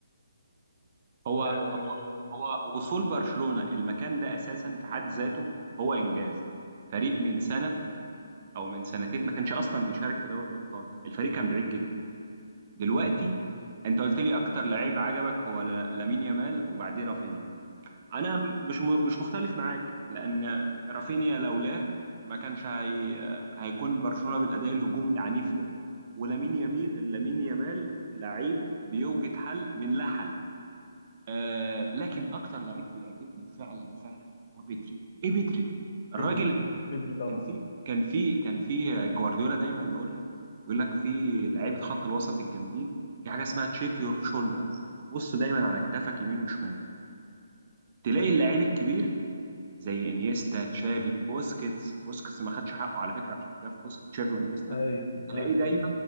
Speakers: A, on the right; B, on the left.
A: هو
B: آه،
A: هو هو وصول برشلونة المكان ده اساسا في حد ذاته هو انجاز فريق من سنة او من سنتين ما كانش اصلا بيشارك في دوري الابطال الفريق كان بعيد جدا دلوقتي
B: مم،
A: انت قلت لي اكتر لعيب عجبك هو ل- لامين يامال وبعديه رافينيا انا م- مش م- مش مختلف معاك لان رافينيا لولاه ما كانش هي... هيكون برشلونة بالاداء الهجومي العنيف ده ولامين يامال لامين يامال لعيب بيوجد حل من لا حل آه لكن اكتر لعيب بيعجبني فعلا فعلا هو بدري ايه بدري ده الراجل
B: بدري بدري طبعا
A: كان في كان في كان في جوارديولا دايما يقولها يقول لك في لعيبه خط الوسط الجامدين في حاجه اسمها تشيك يور شولدرز بص دايما على كتافك يمين وشمال تلاقي اللعيب الكبير زي انيستا تشافي بوسكيتس بوسكيتس ما خدش حقه على فكره عشان جه في وسط تشافي وانيستا
B: ايوه
A: تلاقيه
B: ايوه
A: دايما